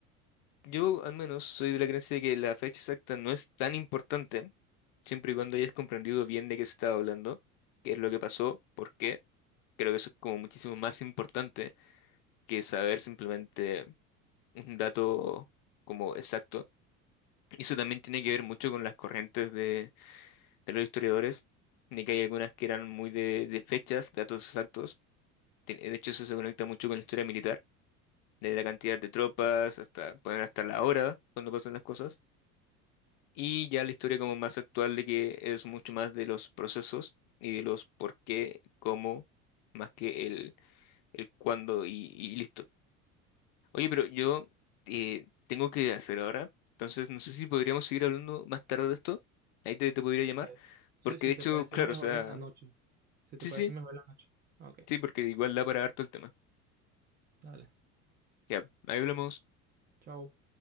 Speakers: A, on the left; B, on the right.
A: yo al menos soy de la creencia de que la fecha exacta no es tan importante, siempre y cuando hayas comprendido bien de qué se estaba hablando, qué es lo que pasó, por qué. Creo que eso es como muchísimo más importante que saber simplemente un dato como exacto. Y Eso también tiene que ver mucho con las corrientes de, de los historiadores, de que hay algunas que eran muy de, de fechas, datos exactos. Tien- De hecho, eso se conecta mucho con la historia militar, desde la cantidad de tropas hasta, pueden hasta la hora cuando pasan las cosas. Y ya la historia como más actual de que es mucho más de los procesos y de los por qué, cómo, más que el, el cuándo y, y listo. Oye, pero yo eh, tengo que hacer ahora, entonces no sé si podríamos seguir hablando más tarde de esto. Ahí te, te podría llamar,
B: Eh, sí,
A: porque
B: si
A: de hecho,
B: te parece
A: claro,
B: mejor
A: o sea,
B: en la noche. Si te
A: sí,
B: parece
A: sí,
B: mejor en la noche. Ok,
A: sí, porque igual da para harto el tema.
B: dale.
A: Ya, ahí hablamos.
B: chao.